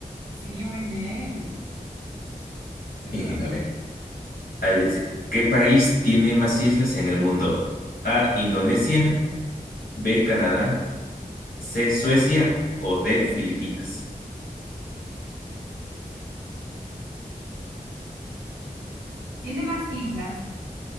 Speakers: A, on the right (about 80°); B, on the left (about 75°).
A: Sí, muy bien. Tu
B: Y,
A: turno.
B: A ver, a ver, dice, ¿qué país tiene más islas en el mundo? A, Indonesia, B, Canadá. C, Suecia o D, Filipinas.
A: Tiene más islas.